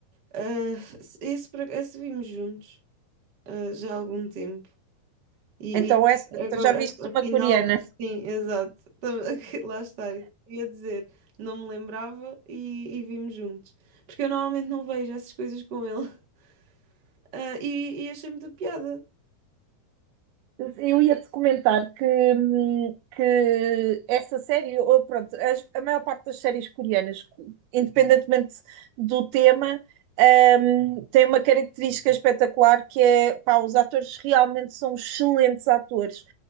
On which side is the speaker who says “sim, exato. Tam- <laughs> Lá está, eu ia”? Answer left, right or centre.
Right